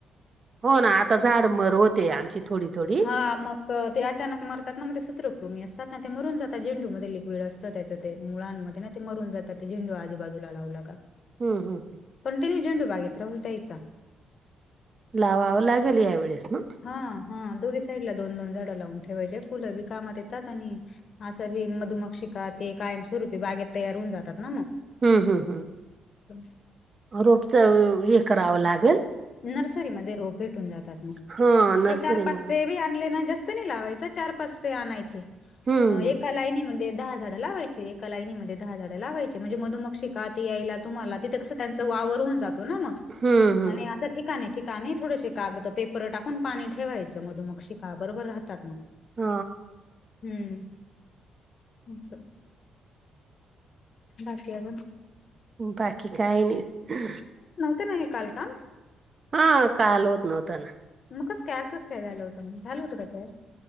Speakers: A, on the right; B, on the left.
A: हो ना आता झाड मर होते आमची थोडी, थोडी
B: हा मग ते अचानक मरतात ना मग ते सूत्रकृमी असतात ना ते मरून जात झेंडूमध्ये लिक्विड असतं त्याच्या ते मुळांमध्ये ते मरून जात झेंडू आजूबाजूला लावला का
A: हम्म, हम्म
B: पण तुम्ही झेंडू बागेत राहूच द्यायचा
A: लावावं लागेल यावेेळेस मग
B: हा, हा दोघे साईड ला दोन, दोन झाडं लावून ठेवायचे फुलं बी कामात येतात आणि असं बी मधुमक्षिका ते कायम स्वरूपी बागेत तयार होऊन जातात ना मग
A: हम्म हम्म हम्म
B: <unintelligible>
A: रोपच हे करावं लागल
B: नर्सरीमध्ये रोप भेटून जातात ना
A: हा नर्सरी
B: काही चार
A: मधून
B: पाच ट्रे बी आणले ना जास्त नाही लावायचा चार, पाच ट्रे आणायचे एक
A: हम्म
B: एका लाईनीमध्ये दहा झाडं लावायचे एका लायनीमध्ये दहा झाडं लावायचे म्हणजे मधुमक्षिका शिकात ते यायला तुम्हाला तिथ कस त्यांच वावर होउन जातो ना मग
A: हम्म हम्म
B: आणि अस नाही ठिकाणी, ठिकाणी थोडसे कागद पेपर टाकून पाणी ठेवायचं मधुमकशिका बरोबर राहतात मग
A: ह
B: हम्म असं बाकी आजुन
A: बाकी काही नाही
B: क नाही काल का
A: हा काल होत नव्हता ना
B: मग कस काय आज कस काय झाल होतं झालं होतं काय